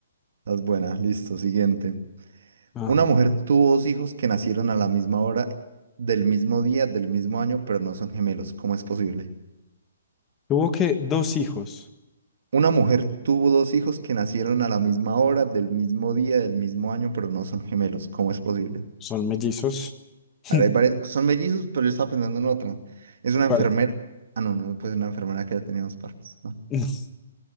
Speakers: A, on the right; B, on the left.
A: las buenas, listo, siguiente.
B: Ajá.
A: Una mujer tuvo dos hijos que nacieron a la misma hora, del mismo día, del mismo año, pero no son gemelos. ¿Cómo es posible?
B: Tuvo que dos hijos,
A: Una mujer tuvo dos hijos que nacieron a la misma hora, del mismo día, del mismo año, pero no son gemelos. ¿Cómo es posible?
B: son mellizos. <laughs>
A: A ver, hay varias- Son mellizos, pero yo estaba pensando en otra. Es una
B: ¿Cuál?
A: enfermera. Ah, no, no, pues una enfermera que ya tenía dos partes. ¿no?
B: <laughs>